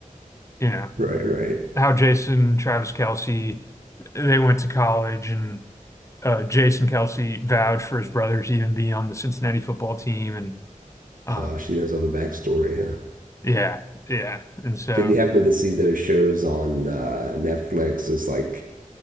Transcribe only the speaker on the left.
you know
how Jason and Travis Kelsey they went to college and uh, Jason Kelsey vouched for his brother to even be on the Cincinnati football team and um
yeah yeah and so